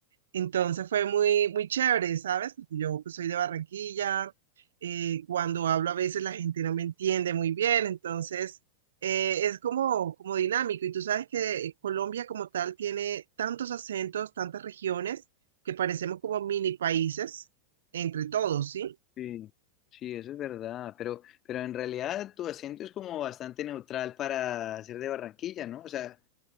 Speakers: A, on the right (about 65°); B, on the left (about 30°).
A: Entonces fue muy, muy chévere, ¿sabes? Porque yo pues, soy de Barranquilla, eh, cuando hablo a veces la gente no me entiende muy bien, entonces eh, es como, como dinámico. Y tú sabes que Colombia como tal tiene tantos acentos, tantas regiones, que parecemos como mini países entre todos, ¿sí?
B: Sí. Sí, eso es verdad, pero, pero en realidad tu acento es como bastante neutral para ser de Barranquilla, ¿no? O sea,